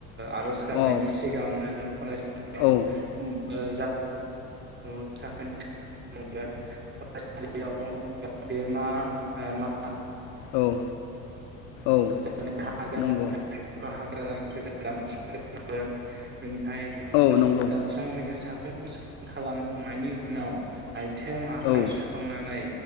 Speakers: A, on the right (about 25°); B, on the left (about 55°).
A: आरज गाबनायनि
B: औ
A: सिगाङावनो जों फरायसालियाव
B: औ
A: ओ। साखोन। फरायसालियाव बेमा। ओ मा।
B: औ औ।
A: <unintelligible> <unintelligible> <unintelligible>
B: नंगौ औ नंगौ
A: खालामखांनायनि उनाव आइथें आखाइ
B: औ
A: सुखांनानै